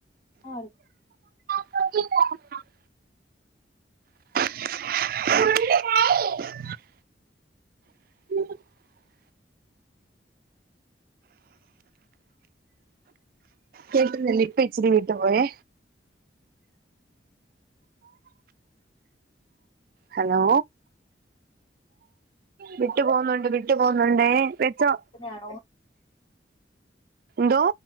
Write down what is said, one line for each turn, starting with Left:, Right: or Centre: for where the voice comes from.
Left: ആണ് <unintelligible>
Right: <unintelligible> <unintelligible> <unintelligible> കേട്ടില്ലില്ല ഇപ്പ ഇച്ചരി വീട്ട് പോയേ ഹലോ വിട്ടു പോവുന്നുണ്ട് വിട്ടു പോവുന്നുണ്ടേയ് വെച്ചോ
Left: ആണോ
Right: എന്തോ